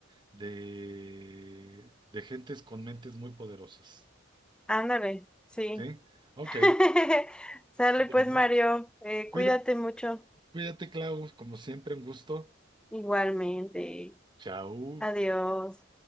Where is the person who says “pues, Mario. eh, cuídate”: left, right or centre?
Centre